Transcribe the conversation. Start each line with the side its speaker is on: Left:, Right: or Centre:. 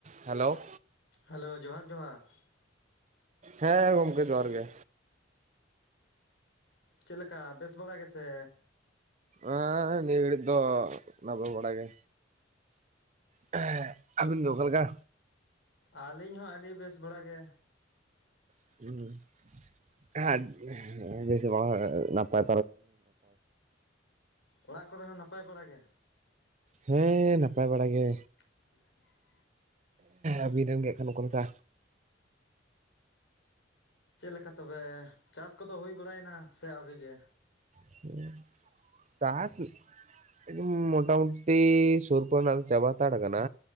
Right: Hello.
Left: Hello ᱡᱚᱸᱦᱟᱨ ᱡᱚᱸᱦᱟᱨ᱾
Right: ᱦᱮᱸ ᱜᱚᱢᱠᱮ ᱡᱚᱸᱦᱟᱨ ᱜᱮ᱾
Left: ᱪᱮᱫ ᱞᱮᱠᱟ ᱵᱮᱥ ᱵᱟᱲᱟ ᱜᱮᱥᱮ?
Right: ᱮᱸ ᱱᱤᱭᱟᱹ ᱜᱷᱟᱲᱤᱡ ᱫᱚ ᱱᱟᱯᱟᱭ ᱵᱟᱲᱟ ᱜᱮ᱾ ᱦᱮᱸ ᱟᱵᱤᱱ ᱜᱮ ᱚᱠᱟ ᱞᱮᱠᱟ?
Left: ᱟᱹᱞᱤᱧ ᱦᱚᱸ ᱟᱹᱰᱤ ᱵᱮᱥ ᱵᱟᱲᱟ ᱜᱮ᱾
Right: <unintelligible> ᱱᱟᱯᱟᱭ
Left: ᱚᱲᱟᱜ ᱠᱚᱨᱮ ᱦᱚᱸ ᱱᱟᱯᱟᱭ ᱵᱟᱲᱟ ᱜᱮ?
Right: ᱦᱮᱸ ᱱᱟᱯᱟᱭ ᱵᱟᱲᱟ ᱜᱮ᱾
Left: <inaudible>
Right: ᱟᱹᱵᱤᱱᱢ ᱨᱮᱱ ᱜᱮ ᱟᱠᱷᱟᱱ ᱚᱠᱟ ᱞᱮᱠᱟ?
Left: ᱪᱮᱫ ᱞᱮᱠᱟ ᱛᱚᱵᱮ ᱪᱟᱥ ᱠᱚᱫᱚ ᱦᱩᱭ ᱵᱟᱲᱟᱭᱮᱱᱟ ᱥᱮ ᱟᱹᱣᱨᱤ ᱜᱮ?
Right: <inaudible> ᱩᱸ ᱢᱚᱴᱟᱢᱩᱴᱤ ᱥᱩᱨ ᱠᱚᱨᱮᱱᱟᱜ ᱫᱚ ᱪᱟᱵᱟ ᱦᱟᱛᱟᱲ ᱠᱟᱱᱟ